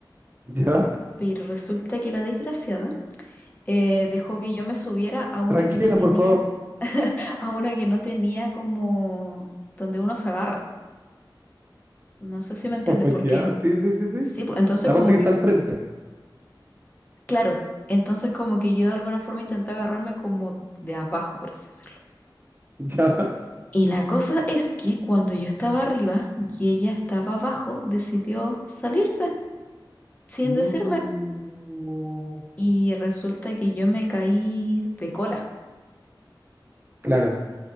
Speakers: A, on the right; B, on the left.
A: <laughs> ya,
B: Pero resulta que la desgraciada eh, dejó que yo me subiera a uno
A: tranquila,
B: que no tenía,
A: por favor.
B: <laughs> a uno que no tenía como donde uno se agarra. No sé si me entiendes,
A: <laughs>
B: porque
A: Ya, sí, sí, sí, sí.
B: sí, pues, entonces
A: La
B: como
A: parte que
B: que,
A: está al frente. <laughs>
B: claro, entonces como que yo de alguna forma intenté agarrarme como de abajo, por así decirlo.
A: Ya.
B: Y la cosa es que cuando yo estaba arriba y ella estaba abajo, decidió salirse sin
A: No.
B: decirme. Y resulta que yo me caí de cola.
A: Claro.